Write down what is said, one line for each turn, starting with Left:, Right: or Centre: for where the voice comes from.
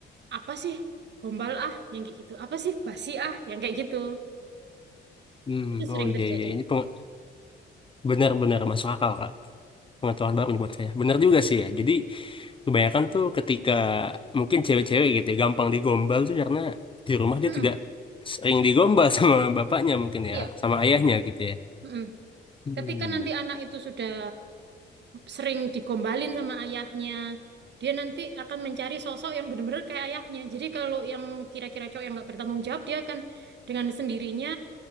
Right: apa sih gombal ah yang kayak gitu, apa sih basi ah yang kayak gitu.
Left: Hmm.
Right: Itu sering
Left: Oh iya
Right: terjadi.
Left: iya ini peng- benar-benar masuk akal Kak. Pengetahuan baru nih buat saya. Benar juga sih ya. Jadi kebanyakan tuh ketika mungkin cewek-cewek gitu ya, gampang digombal tuh karena di rumah dia
Right: Mm-mm.
Left: tidak sering digombal <laughs> sama bapaknya mungkin
Right: Iya,
Left: ya, sama
Right: betul.
Left: ayahnya gitu ya.
Right: Mm-mm.
Left: Hmm.
Right: Ketika nanti anak itu sudah sering digombalin sama ayahnya, dia nanti akan mencari sosok yang benar-benar kayak ayahnya. Jadi kalau yang kira-kira cowok yang nggak bertanggung jawab, dia akan dengan sendirinya